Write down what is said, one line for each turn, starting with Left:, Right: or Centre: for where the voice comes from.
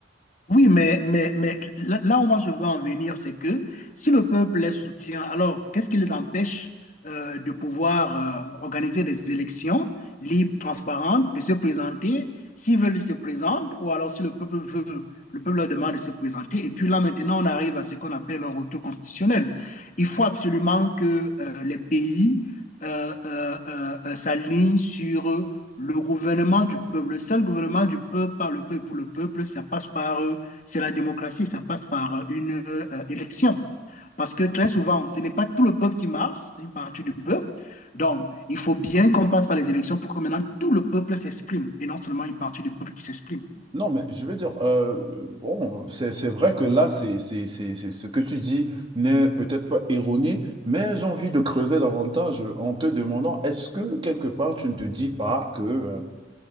Left: Oui, mais, mais, mais là là où moi je veux en venir, c'est que si le peuple les soutient, alors qu'est-ce qui les empêche euh, de pouvoir euh, organiser des élections libres, transparentes, de se présenter, s'ils veulent, ils se présentent, ou alors si le peuple veut, le peuple leur demande de se présenter. Et puis là, maintenant, on arrive à ce qu'on appelle un retour constitutionnel. Il faut absolument que euh, les pays euh, euh, euh, euh, s'alignent sur le gouvernement du peuple, le seul gouvernement du peuple, par le peuple, et pour le peuple, ça passe par euh, c'est la démocratie, ça passe par euh, une euh, élection. Parce que très souvent, ce n'est pas tout le peuple qui marche, c'est une partie du peuple. Donc, il faut bien qu'on passe par les élections pour que maintenant tout le peuple s'exprime et non seulement une partie du peuple qui s'exprime.
Right: Non, mais je veux dire, euh, bon, c'est c'est vrai que là, c'est, c'est, c'est, c'est- ce que tu dis n'est peut-être pas erroné, mais j'ai envie de creuser davantage en te demandant, est-ce que quelque part tu ne te dis pas que euh,